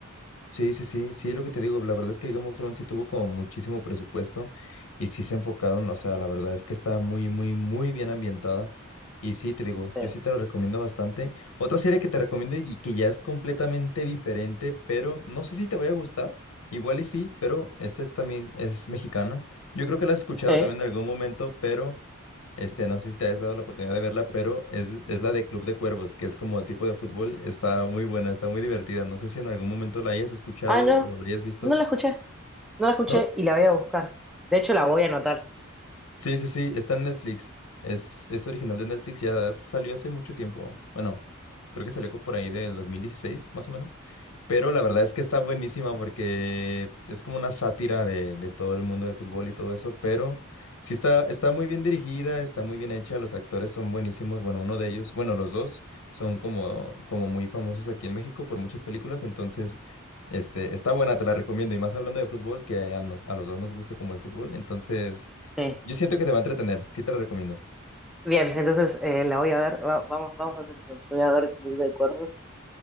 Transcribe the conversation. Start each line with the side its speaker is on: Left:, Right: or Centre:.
Left: Sí, sí, sí, sí, es lo que te digo, la verdad es que Game of Thrones sí tuvo como muchísimo presupuesto y sí se enfocaron, o sea, la verdad es que está muy, muy, muy bien ambientada y sí, te digo,
Centre: Sí.
Left: yo sí te la recomiendo bastante. Otra serie que te recomiendo y que ya es completamente diferente, pero no sé si te vaya a gustar, igual y sí, pero esta es también, es mexicana. Yo creo que la has escuchado
Centre: Sí.
Left: también en algún momento, pero este, no sé si te has dado la oportunidad de verla, pero es, es la de Club de Cuervos, que es como tipo de fútbol. Está muy buena, está muy divertida. No sé si en algún momento la hayas escuchado
Centre: Ah, no.
Left: o la hayas visto.
Centre: No la escuché. No la escuché
Left: No,
Centre: y la voy a buscar. De hecho, la voy a anotar.
Left: Sí, sí, sí, está en Netflix. Es, es original de Netflix, ya salió hace mucho tiempo. Bueno, creo que salió co- por ahí del 2016 más o menos. Pero la verdad es que está buenísima porque es como una sátira de, de todo el mundo del fútbol y todo eso, pero sí está, está muy bien dirigida, está muy bien hecha, los actores son buenísimos. Bueno, uno de ellos, bueno, los dos son como, como muy famosos aquí en México por muchas películas, entonces este, está buena, te la recomiendo. Y más hablando de fútbol, que a, nos- a los dos nos gusta como el fútbol, entonces...
Centre: Sí.
Left: Yo siento que te va a entretener, sí te lo recomiendo.
Centre: Bien, entonces eh, la voy a ver. Va- vamos, vamos a hacer eso. Yo voy a ver Club de Cuervos